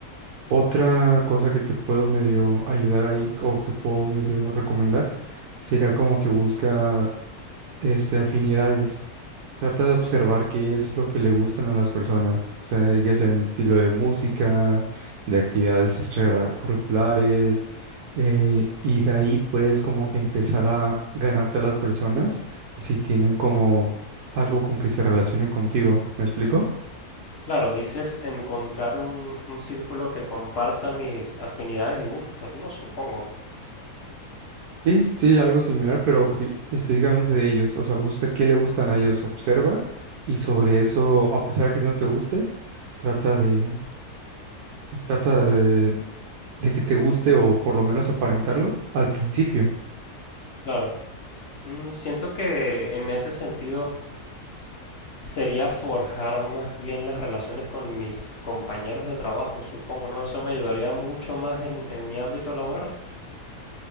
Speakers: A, on the right (about 75°); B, on the left (about 55°).
A: Otra cosa que te puedo medio ayudar ahí o te puedo medio recomendar sería como que busca este afinidades. Trata de observar qué es lo que le gustan a las personas, o sea, ya sea en el estilo de música, de actividades extracurriculares, eh, y de ahí puedes como que empezar a ganarte a las personas si tienen como algo con que se relacionen contigo. ¿Me explico?
B: Claro, dices encontrar un, un círculo que comparta mis afinidades y gustos, ¿no? Supongo.
A: Sí, sí, algo similar, pero fi- específicamente de ellos. O sea, busca qué le gustan a ellos, observa y sobre eso, a pesar de que no te guste, trata de, pues trata de, de que te guste o por lo menos aparentarlo al principio.
B: Claro. Mm, siento que en ese sentido sería forjar más bien las relaciones con mis compañeros de trabajo, supongo, ¿no? Eso me ayudaría mucho más en, en mi ámbito laboral.